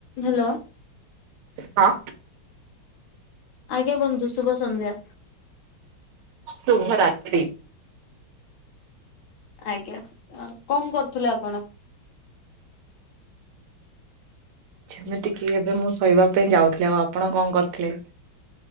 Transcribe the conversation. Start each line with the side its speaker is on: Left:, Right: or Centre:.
Left: Hello?
Right: ହଁ।
Left: ଆଜ୍ଞା ବନ୍ଧୁ ଶୁଭ ସନ୍ଧ୍ୟା।
Right: ଶୁଭ ରାତ୍ରି।
Left: ଆଜ୍ଞା ଅ କଁ କରୁଥିଲେ ଆପଣ?
Right: ଯେମିତି କିି ଏବେ ମୁଁ ଶୋଇବା ପାଇଁ ଯାଉଥିଲି ଆଉ ଆପଣ କଁ କରୁଥିଲେ?